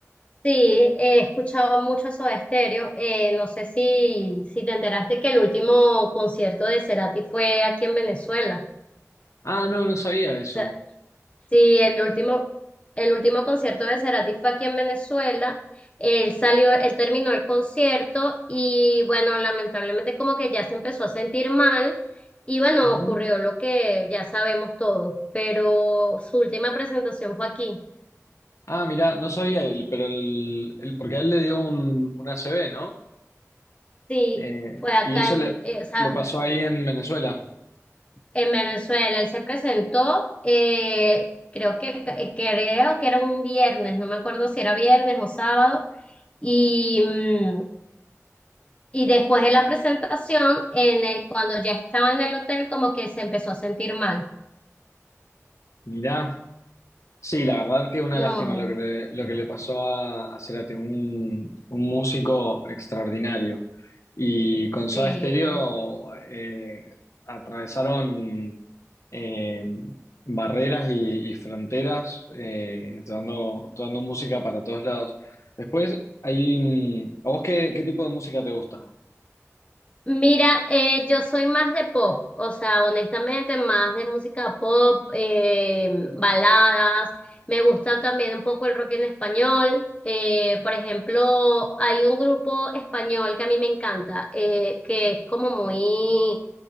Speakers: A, on the left (about 25°); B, on the left (about 65°).
A: sí, he escuchado mucho Soda Stereo. Eh, no sé si, si te enteraste que el último concierto de Cerati fue aquí en Venezuela.
B: Ah, no, no sabía eso.
A: O sea, sí, el último, el último concierto de Cerati fue aquí en Venezuela. Él salió, él terminó el concierto y bueno, lamentablemente como que ya se empezó a sentir mal. Y bueno,
B: Ujú.
A: ocurrió lo que ya sabemos todos, pero su última presentación fue aquí.
B: Ah, mirá, no sabía, el- pero el, el- porque a él le dio un, un ACV, ¿no?
A: Sí,
B: Eh,
A: fue acá
B: y eso
A: en,
B: le,
A: eh, o sea,
B: le pasó ahí en Venezuela.
A: en Venezuela. Él se presentó, eh, creo que, eh, creo que era un viernes, no me acuerdo si era viernes o sábado. Y, mm, y después de la presentación, en el- cuando ya estaba en el hotel, como que se empezó a sentir mal.
B: Mirá, Sí, la verdad que una
A: No,
B: lástima lo que le, lo que le pasó a, a Cerati, un, un músico extraordinario. Y con Soda
A: sí.
B: Stereo eh, atravesaron eh, barreras y, y fronteras, eh, dando, dando música para todos lados. Después, hay, mm, ¿a vos qué, qué tipo de música te gusta?
A: Mira, eh, yo soy más de pop, o sea, honestamente, más de música pop, eh, baladas, me gusta también un poco el rock en español. eh, por ejemplo, hay un grupo español que a mí me encanta, eh, que es como muy, o